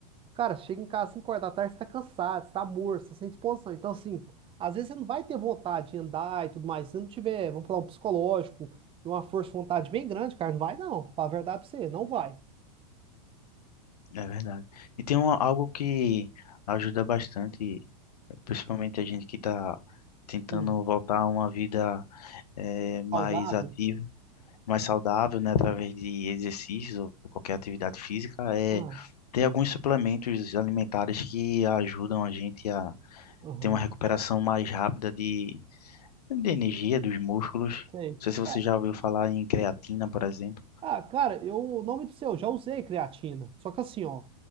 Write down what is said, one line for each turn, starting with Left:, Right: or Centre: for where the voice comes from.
Right: Cara, chega em casa às 5 horas da tarde, você tá cansado, você tá morto, você tá sem disposição. Então, assim, às vezes você não vai ter vontade de andar e tudo mais. Se você não tiver, vamos falar, um psicológico e uma força de vontade bem grande, cara, não vai não. Fala a verdade pra você, não vai.
Left: É verdade. E tem um, algo que ajuda bastante, principalmente a gente que está tentando
Right: Hum,
Left: voltar a uma vida eh, mais
Right: saudável?
Left: ativa, mais saudável, né, através de exercícios ou qualquer atividade física, é
Right: Ah,
Left: ter alguns suplementos alimentares que ajudam a gente a
Right: aham,
Left: ter uma recuperação mais rápida de, de energia dos músculos.
Right: sei.
Left: Não sei se você
Right: É,
Left: já ouviu falar em creatina, por exemplo.
Right: ah, cara, eu, o nome do seu, já usei creatina. Só que assim, ó,